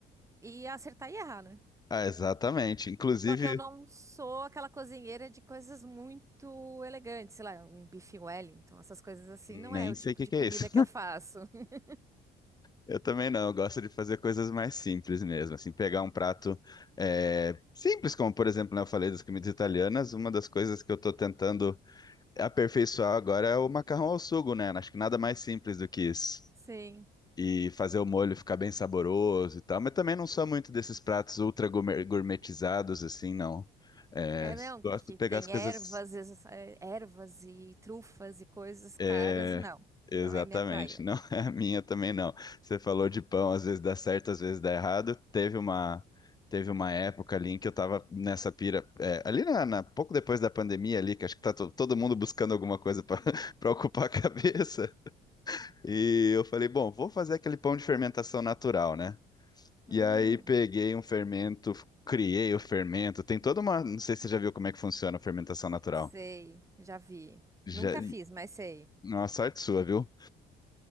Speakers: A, on the right; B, on the left.
A: e acertar e errar, né?
B: Ah, exatamente. Inclusive,
A: Só que eu não sou aquela cozinheira de coisas muito elegantes, sei lá, um bife Wellington, essas coisas assim, não
B: nem
A: é o
B: sei
A: tipo
B: o que
A: de
B: que
A: comida
B: é isso.
A: que eu faço. <laughs>
B: Eu também não, eu gosto de fazer coisas mais simples mesmo, assim, pegar um prato é, simples, como por exemplo, né, eu falei das comidas italianas, uma das coisas que eu tô tentando aperfeiçoar agora é o macarrão ao sugo, né? Acho que nada mais simples do que isso.
A: Sim.
B: E fazer o molho ficar bem saboroso e tal, mas também não sou muito desses pratos ultra gourmet- gourmetizados, assim, não. É,
A: É, não, que
B: gosto de pegar
A: tem
B: as coisas.
A: ervas, es- eh, ervas e trufas e coisas caras,
B: É,
A: não.
B: exatamente.
A: Não é minha praia.
B: Não <laughs> é a minha também não. Você falou de pão, às vezes dá certo, às vezes dá errado. Teve uma teve uma época ali em que eu tava nessa pira, é, ali na, na- pouco depois da pandemia ali, que acho que tá to- todo mundo buscando alguma coisa para <laughs> para ocupar a <laughs> cabeça. E eu falei, bom, vou fazer aquele pão de fermentação natural, né?
A: Hum,
B: E aí peguei um fermento, criei o fermento. Tem toda uma, não sei se você já viu como é que funciona a fermentação natural.
A: sei, já vi.
B: Já,
A: Nunca fiz, mas sei.
B: nossa, sorte sua, viu?